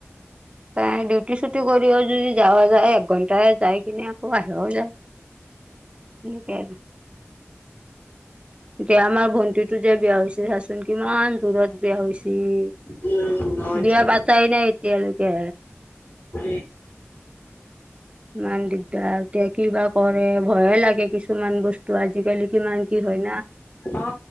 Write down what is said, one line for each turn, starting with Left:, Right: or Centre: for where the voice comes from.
Right: তাই ডিউটি চুতি কৰি আ। যদি যোৱা যায় একঘন্টাই যাই কিনে আকৌ বাহিৰও যায়। এনেকৈ আৰু। এতিয়া আমাৰ ভন্টিটো যে বিয়া হৈছে চাচোন কিমান দূৰত বিয়া হৈছিল।
Left: উম হয়
Right: বিয়া
Left: দে
Right: পাচাই নাই এতিয়ালৈকে।
Left: উ।
Right: <unintelligible> ইমান দিগদাৰ এতিয়া কিবা কৰে ভয়ে লাগে কিছুমান বস্তু আজিকালি কিমান কি হয় না।
Left: অ